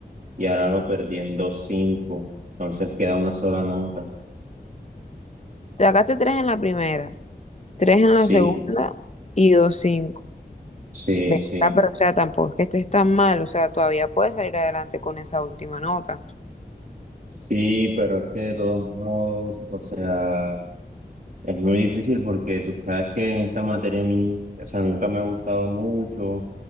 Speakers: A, on the right; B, on the left.
A: y ahora lo perdí en dos cinco, entonces queda una sola nota.
B: Te sacaste tres en la primera, tres en
A: Sí,
B: la segunda y dos cinco.
A: sí,
B: Ven
A: sí.
B: acá, pero o sea, tampoco es que estés tan mal, o sea, todavía puedes salir adelante con esa última nota.
A: Sí, pero es que de todos modos, o sea... Es muy difícil porque tú sabes que esta materia a mí, o sea, nunca me ha gustado mucho.